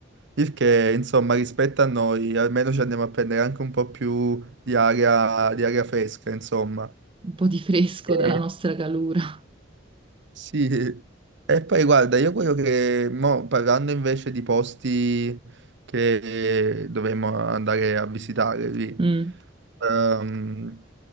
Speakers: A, on the right; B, on the right.
A: Il che, insomma, rispetto a noi, almeno ci andiamo a prendere anche un po' più di aria, di aria fresca, insomma.
B: un po' di fresco
A: Eh,
B: dalla nostra calura.
A: Sì, e poi guarda, io quello che, mo, parlando invece di posti che dovremmo andare a visitare lì,
B: Mm.
A: ehm,